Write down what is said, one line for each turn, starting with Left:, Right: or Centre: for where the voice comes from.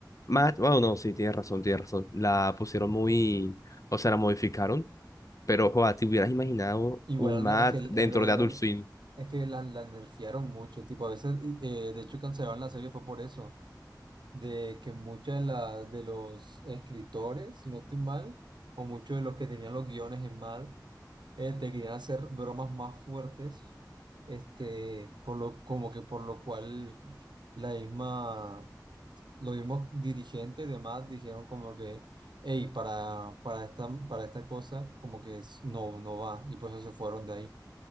Left: más, bueno, no, sí, tienes razón, tienes razón. La pusieron muy, o sea, la modificaron Pero, joa, ¿te hubieras imaginado
Right: Igual
Left: un Matt
Right: es que el,
Left: dentro
Right: el verdadero,
Left: de Adult Swim?
Right: es que la, la nerfearon mucho. Tipo, a veces, eh, de hecho, cancelaron la serie fue por eso. De que muchas de, la- de los escritores, si no estoy mal, o muchos de los que tenían los guiones en Mad, eh, te querían hacer bromas más fuertes, este, por lo, como que por lo cual la misma, los mismos dirigentes y demás dijeron como que, hey, para, para esta, para esta cosa, como que es- no, no va, y por eso se fueron de ahí.